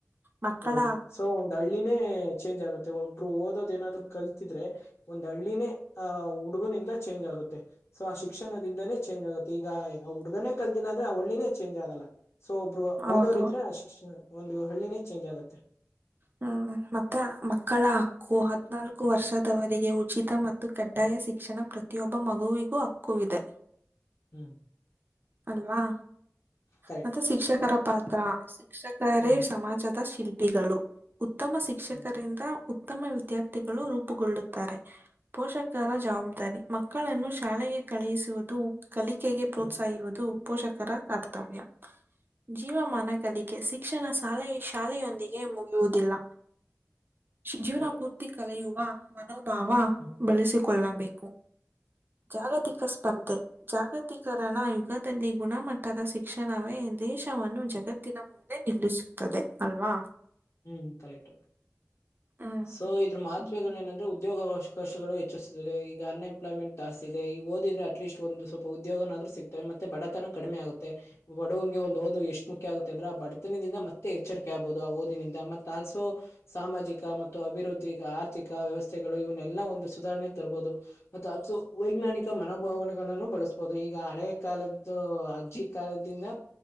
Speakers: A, on the right; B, on the left.
A: ಮಕ್ಕಳಾ.
B: ಹೌದು ಸೊ ಒಂದ್ ಹಳ್ಳಿನೇ ಚೇಂಜ್ ಆಗೆ. ಒಬ್ರು ಓದೋದ ನಾದ್ರು ಕಲ್ತಿದ್ರೆ ಒ. ದಳ್ಳಿನೇ ಅಹ್ ಹುಡುಗನಿಂದ. ಚೇಂಜ್ ಆಗುತ್ತೆ. ಸೊ ಆ ಶಿಕ್ಷಣದಿಂದನೇ ಚೇಂಜ್ ಆಗುತ್ತ ಈಗ. ಈಗ ಹುಡ್ಗನೇ ಕಲ್ತೀಿನ ಆದ್ರೆ ಒಳ್ಳಿನೇ ಚೇಂಜ್ ಆಗಲ್ಲ. ಸೊ ಒಬ್ರು
A: ಹೌದು
B: ಓದೋರ ಇದ್ರೆ ಆ ಶಿಕ್ಷಣ. ಒಂದು ಹಳ್ಳಿನ. ಚೇಂಜ್ ಆಗುತ್ತೆ.
A: ಹ್ಮ್ ಮತ್ತೆ ಮಕ್ಕಳ ಹಕ್ಕು ಹತ್ನಾಲ್ಕು ವರ್ಷದವರಿಗೆ ಉಚಿತ ಮತ್ತು ಕಡ್ಡಾಯ ಶಿಕ್ಷಣ ಪ್ರತಿಯೊಬ್ಬ ಮಗುವಿಗೂ ಹಕ್ಕ ಇಿದೆ.
B: ಹ್ಮ್
A: ಅಲ್ವಾ
B: ಕರೆಕ್ಟ್
A: ಮತ್ತೆ ಶಿಕ್ಷಕರ ಪಾತ್ರ. ಹ್ಮ್ಮ್. ಶಿಕ್ಷಕರೇ
B: ಹ್ಮ್
A: ಸಮಾಜದ ಶಿಲ್ಪಿ. ಒಪ್ಪಿಗಳು. ಉತ್ತಮ ಶಿಕ್ಷಕರಿಂದ.
B: ಹ್ಮ್
A: ಉತ್ತಮ ವಿದ್ಯಾರ್ಥಿಗಳು ರೂಪುಗೊಳ್ಳುತ್ತಾರೆ ಪೋಷಕರ ಜವಾಬ್ದಾರಿ ಮಕ್ಕಳನ್ನು ಶಾಲೆಗೆ ಕಳುಹಿಸುವುದು. ಕಲಿಕೆಗೆ ಪ್ರೋತ್ಸಾಹಿಸುವುದು.
B: ಹ್ಮ್
A: ಪೋಷಕರ ಕರ್ತವ್ಯ ಜೀವಮನಕಲಿಕೆ ಶಿಕ್ಷಣ ಶಾಲೆ ಶಾಲೆಯೊಂದಿಗೆ ಮುಗಿಯುವುದು. ಇಲ್ಲ. ಜೀವನಾಪೂರ್ತಿ
B: ಕರೆಕ್ಟ್
A: ಕಲೆಯು ಹಾ ಮತ್ತೆ. ನಮ್ಮ ಭಾವ
B: ಹ್ಮ್
A: ಬಳಸಿಕೊಳ್ಳಬೇಕು ಜಾಗತಿಕ ಸ್ಪರ್ಧೆ ಜಾಗತೀಕರಣ ಯುಗದಲ್ಲಿ ಗುಣಮಟ್ಟದ ಶಿಕ್ಷಣವೇ ದೇಶವನ್ನು ಜಗತ್ತಿನ ಮುಂದೆ ನಿಲ್ಲಿಸುತ್ತದೆ ಅಲ್ವಾ
B: ಹೂ ಕರೆಕ್ಟ್
A: ಹ್ಮ್
B: ಸೊ ಇದ್ರ ಮತ್ವಗಳು ಏನಂದ್ರೆ ಉದ್ದ ಉದ್ಯೋಗ ಅವಕಾಶಗಳು ಹೆಚ್ಚಿಸುತ್ತದೆ ಈಗ ಅನ್ಎಂಪ್ಲಾಯ್ಮೆಂಟ್ ಜಾಸ್ತಿ ಇದೆ ಈಗ ಓದಿದ್ರೆ ಅಟ್ಲೀಸ್ಟ್ ಒಂದು ಸ್ವಲ್ಪ ಉದ್ಯೋಗನಾದ್ರೂ ಸಿಗ್ತವೆ ಮತ್ತೆ ಬಡತನ ಕಡಿಮೆ ಆಗುತ್ತೆ ಬಡವಿಗೆ ಒಂದು ಓ ಎಷ್ಟು ಮುಖ್ಯ ಆಗುತ್ತೆ ಅಂದ್ರೆ ಆ ಬಡತನದಿಂದ ಮತ್ತೆ ಎಚ್ಚರಿಕೆ ಆಗ್ಬಹುದು ಆ ಓದಿನಿಂದ ಮತ್ತೆ ಆಲ್ಸೋ ಸಾಮಾಜಿಕ ಮತ್ತು ಅಭಿವೃದ್ಧಿ ಆರ್ಥಿಕ ವ್ಯವಸ್ಥೆಗಳು ಇವನ್ನೆಲ್ಲಾ ಒಂದು ಸುಧಾರಣೆಗೆ ತರಬಹದು ಮ ಸೊ ವೈಜ್ಞಾನಿಕ ಮನೋಭಾವನೆಗಳನ್ನು ಬಳಸಬಹುದು ಈಗ ಹಳೆಯ ಕಾಲದ ಅಜ್ಜಿ ಕಾಲದಿಂದ